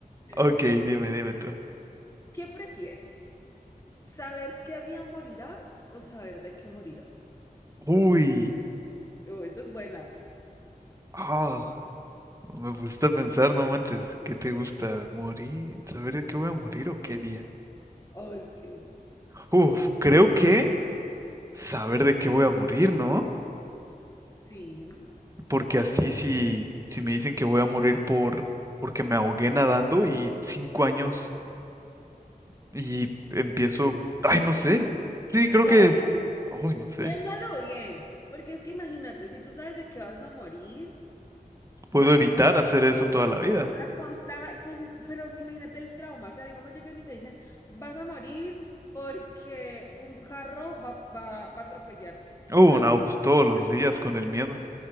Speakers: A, on the right; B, on the left.
A: Ok,
B: <laughs>
A: dime, dime tú.
B: ¿Qué prefieres? ¿Saber qué día morirás o saber de qué morirás?
A: Uy.
B: Oh, esa es buena.
A: Ah, me pusiste a pensar, no manches. ¿Qué te gusta? ¿Morir? ¿Saber de qué voy a morir o qué día?
B: Oh, es que...
A: Uf, creo que saber de qué voy a morir, ¿no?
B: Sí,
A: Porque así
B: sí.
A: si, si me dicen que voy a morir por porque me ahogué nadando y cinco años y empiezo. Ay, no sé. Sí, creo
B: No,
A: que es. Uy, no sé.
B: piénsalo bien, porque es que imagínate, si tú sabes de qué vas a morir,
A: Puedo
B: ma-
A: evitar
B: pues,
A: hacer
B: todo
A: eso toda
B: te-
A: la vida.
B: al contrario, pues, pero imagínate el trauma, o sea, digamos llegan y te dicen, vas a morir porque un carro va, va, va a atropellarte,
A: Uh,
B: o sea,
A: no,
B: nunca
A: pues
B: me atropellaste
A: todos los días con el miedo.